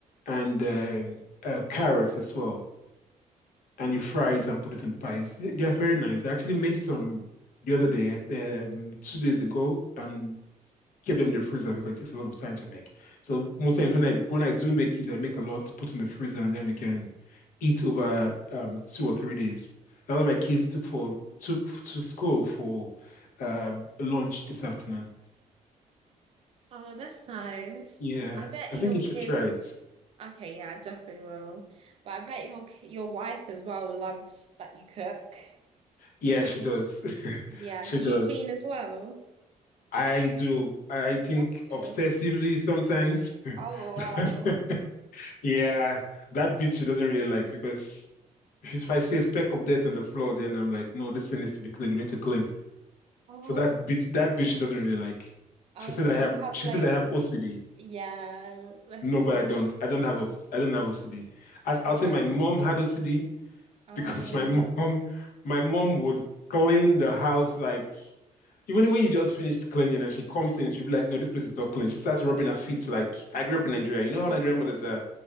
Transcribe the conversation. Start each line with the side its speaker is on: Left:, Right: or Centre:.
Left: and uh, uh, carrots as well. And you fry it and put it in pies. They they are very nice. I actually made some the other day, uh, um, two days ago, and kept them in the freezer because it takes a lot of time to make. So most times when I when I do make it, I make a lot, put in the freezer, and then we can eat over um, two or three days. That's what my kids
Right: That's
Left: took
Right: really
Left: for
Right: good.
Left: took to school for um, lunch this afternoon.
Right: Oh, that's nice.
Left: Yeah,
Right: I bet
Left: I
Right: your
Left: think you should
Right: kids.
Left: try it.
Right: Okay, yeah, I definitely will. But I bet your ki- your wife as well loves that you cook.
Left: Yeah,
Right: <laughs>
Left: she does. <laughs>
Right: Yeah.
Left: She
Right: Do
Left: does.
Right: you clean as well?
Left: I do. I think
Right: That's good.
Left: obsessively sometimes. <laughs>
Right: Oh wow.
Left: Yeah, that bit she doesn't really like because if, if I say a speck of dirt on the floor, then I'm like, no, this thing needs to be clean. We need to clean.
Right: Oh
Left: So that bit, that bit she doesn't really like.
Right: oh.
Left: She says
Right: Do
Left: I have.
Right: you have
Left: She
Right: like?
Left: says I have OCD.
Right: Yeah. Bless
Left: No,
Right: you.
Left: but I don't. I don't have a, I don't have OCD. As
Right: Yeah.
Left: I'll say, my mom had OCD <laughs>
Right: Oh.
Left: because my mom, my mom would clean the house like even when you just finished cleaning and she comes in, she'll be like, "No, this place is not clean." She starts rubbing her feet like I grew up in Nigeria.
Right: <laughs>
Left: You know how Nigerian mothers are.